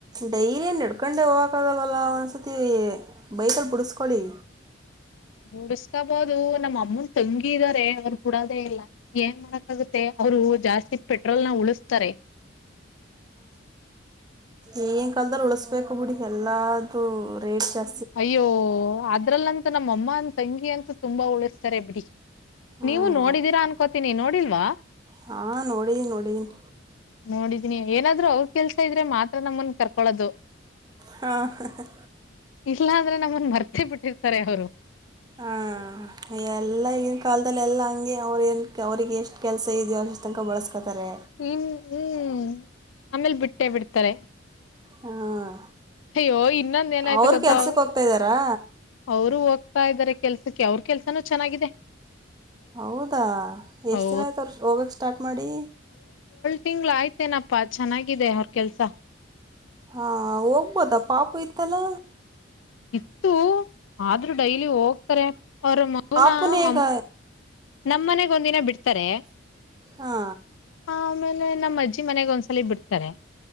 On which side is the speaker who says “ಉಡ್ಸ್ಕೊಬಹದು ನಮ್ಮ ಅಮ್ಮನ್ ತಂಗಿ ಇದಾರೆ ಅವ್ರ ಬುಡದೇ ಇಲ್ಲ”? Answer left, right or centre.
Left